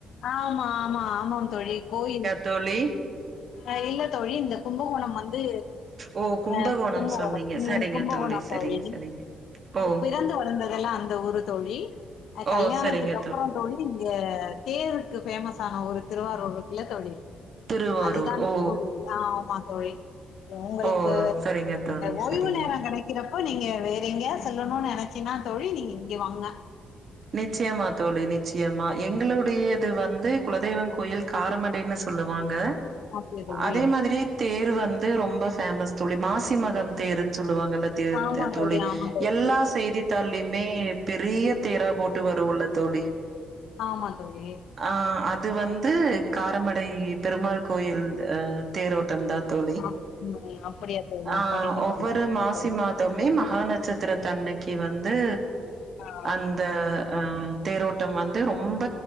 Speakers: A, on the left; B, on the right.
A: ஆமா ஆமா ஆமாம் தோழி கோயில்
B: தோழி
A: அ இல்ல தோழி இந்த கும்பகோணம் வந் து
B: ஓ
A: அ கும்பகோணம்
B: சொன்னீங்க
A: ம்ஸகும்பகோணொ
B: சரிங்க சரிங்க
A: தோழி
B: சரிங்க ஓ
A: பிறந்து வளந்ததெல்லா அந்த ஊர் தோழி அ
B: ஓ
A: கல்யாணத்துக்கு
B: சரிங்க
A: அப்பறொ தோழி தேருக்கு ஃபேமஸ் ஆன ஊரு திருவாரூர் இருக்குல்ல தோழி
B: திருவாரூர்
A: அதுதான
B: ஓ
A: <inaudible> ஆமா தோழி உங்களுக்கு
B: ஓ சரிங்க தோழி
A: ஓய்வு
B: சரிங்க
A: நேரொ கெடைக் இருக்கிறப்போ நீங்க வேற கிறப்போ நீங்கெ வேற எங்கயாது சொல்லணுனு நெனைச்சிங்னா தோழி நீங்க இங்கெ வாங்க
B: நிச்சயமா தோழி நிச்சயமா எங்களுடையது வந்து குலதெய்வம் கோயில் காரமடேனு சொல்லுவாங்க
A: அப்படியா தோழி
B: அதே மாதிரி தேரு வந்து ரொம்ப ஃபேமஸ் தோழி மாசிமகம் தேருன்னு சொல்லுவாங்கல்ல தேர்
A: ஆமா
B: தோழி
A: ஆமா தோழி
B: எல்லா செய்தி தாள்லயுமே பெரிய தேரா போட்டு வரு உள்ள தோழி
A: ஆமா தோழி
B: ஆ அது வந்து காரமடை பெருமாள் கோயில் அ தேரோட்டந் தா தோழி
A: அப்ப- அப்படியா தோழி
B: ஆ
A: சரிங்க
B: ஒவ்வொரு
A: தோழி சரிங்க
B: மாசி
A: தோழி
B: மாதமே மகா நட்சத்திர தன்னைக்கு வந்து
A: ஆஹ்
B: அந்த அ தேரோட்டம் வந்து ரொம்ப